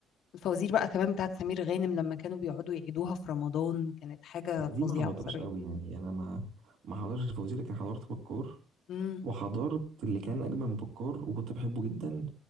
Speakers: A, on the left (about 55°); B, on the right (about 70°).
A: الفوازير بقى كمان بتاعت سمير غانم لما كانوا بيقعدوا يعيدوها في رمضان كانت حاجة
B: لا
A: فظيعة
B: دي ما حضرتهاش
A: بصراحة
B: قوي يعني انا ما ما حضرتش الفوازير لكن حضرت بكار
A: امم
B: وحضرت اللي كان اجمل من بكار وكنت بحبه جدا